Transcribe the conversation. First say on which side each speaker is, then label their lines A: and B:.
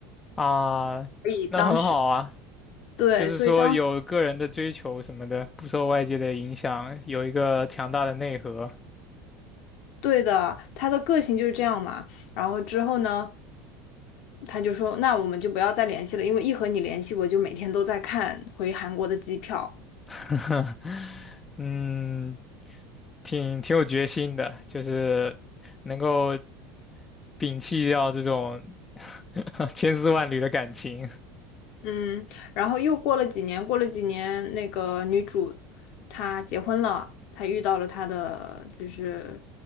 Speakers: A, on the left; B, on the left.
A: 啊，
B: 所以当时，
A: 那很好啊，
B: 对，
A: 就是说有个人的追求什么的，
B: 所以当时，
A: 不受外界的影响，有一个强大的内核。
B: 对的，她的个性就是这样嘛。然后之后呢，他就说，那我们就不要再联系了，因为一和你联系，我就每天都在看回韩国的机票。
A: <laughs> 嗯，挺挺有决心的，就是能够摒弃掉这种 <laughs> 千丝万缕的感情
B: 嗯，然后又过了几年，过了几年，那个女主她结婚了，她遇到了她的就是